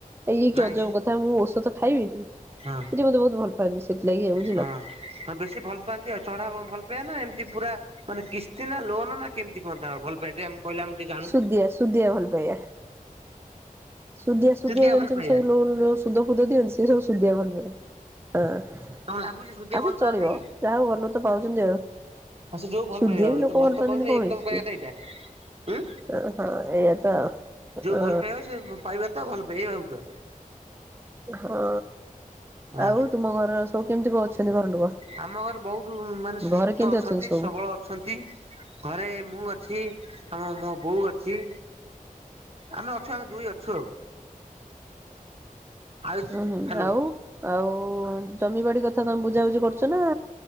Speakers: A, on the right; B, on the right.
A: ଏ ଇଏ
B: ନାଇଁ
A: କି ଅଜବ କଥା ମୁଁ ଓଷଦ ଖାଇବିନି,
B: ହଁ
A: ସେ ଟିକେ ମତେ ବହୁତ ଭଲ ପାଆନ୍ତି ସେଥିଲାଗି ଆଉ ବୁଝିଲ।
B: ହଁ। ହଁ ବେଶୀ ଭଲ ପାଆନ୍ତି ଆଉ ଚଢା ଭଲ ପାଇଆ ନା ଏମତି ପୁରା ମାନେ କିସ୍ତି ନା ଲୋନ ନା କେମିତି କଣ ତାଙ୍କ ଭଲ ପାଇଆ ଟିକେ ଆମକୁ କହିଲେ ଆମେ ଟିକେ ଜାଣୁ।
A: ସୁଦିଆ ସୁଦିଆ ଭଲ ପାଇବା। ସୁଦିଆ ସୁଦିଆ
B: ସୁଧିଆ
A: ଜାଣିଚନ୍ତି
B: ଭଲ ପାଇବା
A: ସବୁ ଲୋନ ଯୋଉ ସୁଧ ଫୁଦ ଦିଅନ୍ତି ସେ ସବୁ ସୁଦିଆ ଭଲ ପାଇଆ ହଁ। ଆଉ
B: ତମକୁ ଲାଗୁଛି ସୁଧିଆ ଭଲ
A: ସେ
B: ପାଆନ୍ତି?
A: ଚଳିବ ଯାହାହଉ ଭଲ ତ ପାଉଚନ୍ତି ଆଉ।
B: ହଁ ସେ ଯୋଉ ଭଲ
A: ସୁଧିଆ
B: ପାଇବା ଆଉ,
A: ବି
B: ଏଇତ
A: ଲୋକ
B: ଭଲ ତ
A: ପାଆନ୍ତିନି
B: ପାଉଛନ୍ତି
A: କଣ
B: ଏଇକ
A: ହେଇଛି।
B: ତମ କହିବା କଥା ଏଇଟା। ଉଁ
A: ଓହୋ ଏଇଆ ତ ଆଉ।
B: ଯୋଉ
A: ଅ
B: ଭଲ ପାଇବା ସେ ପାଇବା ତା ଭଲ ପାଇଆ ଏଇଆ ଭାବୁଚ।
A: ହଁ
B: ହଁ
A: ଆଉ ତୁମ ଘର ସବୁ କେମିତି କଁ ଅଛନ୍ତି ଘର ଲୋକ।
B: ଆମ ଘରେ ବହୁତୁ ମାନେ ସୁସ୍ଥ
A: ଘରେ କେମିତି
B: ଅଛନ୍ତି
A: ସବୁ?
B: ସବଳ ଅଛନ୍ତି, ଘରେ ମୁଁ ଅଛି ଆମ ମୋ ବୋଉ ଅଛି। ଆମେ ଅଛୁ, ଆମେ ଦୁଇ ଅଛୁ ଆଉ।
A: <inaudible>
B: ଆଉ
A: ଉୁଁ ହୁଁ
B: ହ୍ୟାଲୋ
A: ଆଉ ଆଉ ଜମିବାଡି କଥା ତମେ ବୁଝାବୁଝି କରୁଚ ନା